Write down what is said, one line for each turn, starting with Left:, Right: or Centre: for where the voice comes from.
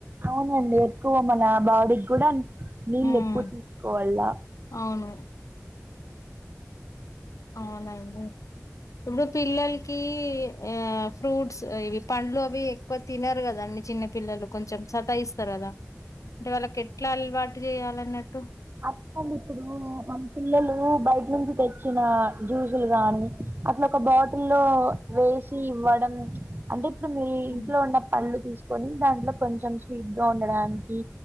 Right: అవునండి ఎక్కువ మన బాడీ కూడా నీళ్ళు
Left: ఉమ్
Right: ఎప్పుడు తీసుకోవాల
Left: అవును అవునండి ఇప్పుడు పిల్లలకి ఆ ఫ్రూట్స్ ఇవి పండ్లు అవి ఎక్కువ తినరు కదండి చిన్న పిల్లలు కొంచెం సతాయిస్తారు కదా అంటే వాళ్ళకి ఎట్లా అలవాటు చేయాలన్నట్టు
Right: అప్పుడు ఇప్పుడు మన పిల్లలు బయట నుంచి తెచ్చిన జ్యూసులు గాని అట్లా ఒక బాటిల్లో వేసి ఇవ్వడం అంటే ఇప్పుడు మీరు
Left: ఉ
Right: ఇంట్లో ఉన్న పళ్లు తీసుకొని దాంట్లో కొంచెం స్వీట్ గా ఉండడానికి